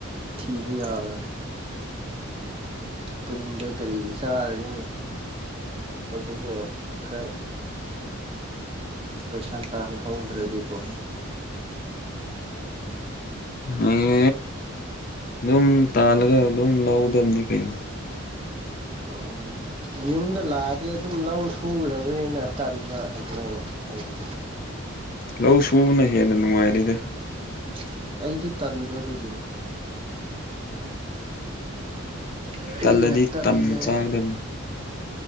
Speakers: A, on the right (about 25°); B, on the left (about 40°).
A: ꯊꯤꯕ ꯌꯥꯕ꯭ꯔꯅꯦ ꯇꯨꯡꯗ ꯀꯔꯤ ꯆꯥꯔꯅꯤ ꯍꯧꯖꯤꯛꯅ ꯈꯔ ꯄꯩꯁꯥ ꯇꯥꯜꯍꯧꯗ꯭ꯔꯗꯤꯀꯣ
B: <unintelligible> ꯑꯗꯨꯝ ꯇꯥꯜꯂꯒ ꯑꯗꯨꯝ ꯂꯧꯒꯗꯕꯅꯤ ꯀꯩꯅꯣ
A: ꯑꯣ ꯑꯥ ꯌꯨꯝꯗ ꯂꯥꯛꯑꯗꯤ ꯑꯗꯨꯝ ꯂꯧ ꯁꯨꯒꯗꯕꯅꯤꯅ ꯇꯟꯕ ꯑꯗꯨꯃꯥꯏꯅ ꯑꯩ
B: ꯂꯧ ꯁꯨꯕꯅ ꯍꯦꯟꯅ ꯅꯨꯡꯉꯥꯏꯔꯤꯗ
A: ꯎꯝ ꯑꯩꯗꯤ ꯇꯟꯕ ꯑꯗꯨꯒꯤꯅꯤ ꯑꯩꯅ
B: ꯇꯜꯂꯗꯤ
A: ꯇꯜꯂꯦ
B: ꯇꯟ ꯆꯥꯒꯗꯕꯅꯤ